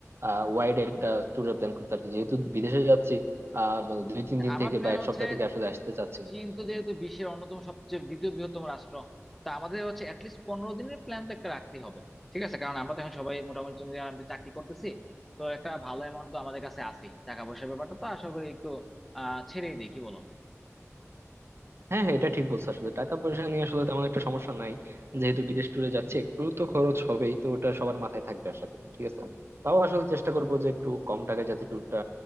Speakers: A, on the right; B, in the centre.
A: আহ ওয়াইড একটা ট্যুরের প্ল্যান করতে আর কি যেহেতু বিদেশে যাচ্ছি আহ মানে দুই তিন দিন
B: আমার
A: থেকে
B: প্ল্যান
A: বা এক
B: হচ্ছে
A: সপ্তাহ থেকে আসলে আসতে চাচ্ছি
B: চীন
A: না
B: তো যেহেতু বিশ্বের অন্যতম সবচেয়ে দ্বিতীয় বৃহত্তম রাষ্ট্র তা আমাদের হচ্ছে অ্যাটলিস্ট পনেরো দিনের প্ল্যান তো একটা রাখতে হবে ঠিক আছে কারণ আমরা তো এখন সবাই মোটামুটি তুমি জানো, আমরা চাকরি করতেছি তো একটা ভালো অ্যামাউন্ট তো আমাদের কাছে আছে টাকা পয়সার ব্যাপারটা তো আশা করি একটু আহ ছেড়েই দিই কি বলো
A: হ্যাঁ হ্যাঁ এটা ঠিক বলছো আসলে টাকা পয়সা নিয়ে আসলে তেমন একটা সমস্যা নাই যেহেতু বিদেশ ট্যুরে যাচ্ছে একটু তো খরচ হবেই তো ওটা সবার মাথায় থাকবে আশা করি ঠিক আছে তাও আসলে চেষ্টা করবো যে একটু কম টাকায় যাতে ট্যুরটা